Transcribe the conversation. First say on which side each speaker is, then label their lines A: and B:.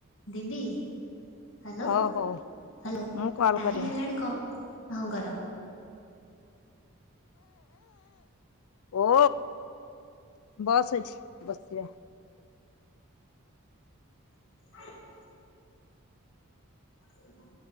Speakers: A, on the left (about 55°); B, on the left (about 75°).
A: ଦିଦି। ହ୍ୟାଲୋ
B: ହଉ ହଉ
A: ହ୍ୟାଲୋ
B: ମୁଁ କଲ
A: ଟାଇମ୍
B: କରିମି।
A: ହିଁ ହେଲାଣି କହ ହଉ କର।
B: ଓ। ବସ ଏଠି ବସିବା
A: ହ <unintelligible> ହୁଁ।